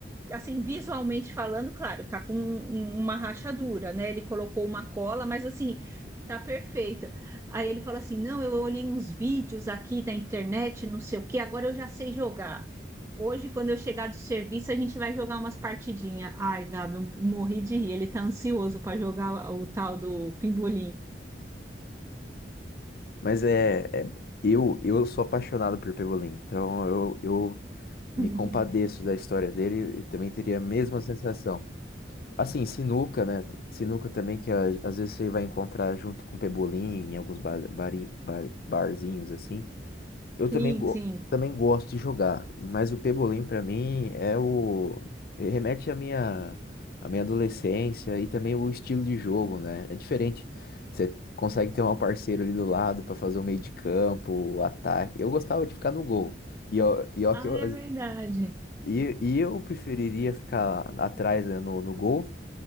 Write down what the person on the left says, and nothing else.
Mas é, é- eu, eu sou apaixonado por Pebolim, então eu, eu me
compadeço da história dele e também teria a mesma sensação. Assim, sinuca, né? Sinuca também, que a- às vezes você vai encontrar junto com Pebolim em alguns bar, bari- bar- barzinhos, assim. Eu também,
go-
também gosto de jogar, mas o pebolim pra mim é o ele remete à minha à minha adolescência e também o estilo de jogo, né? É diferente. Você consegue ter um parceiro ali do lado pra fazer o meio de campo, o ataque. Eu gostava de ficar no gol. E ó, e ó
que eu,
e, e eu preferiria ficar atrás, né, no, no gol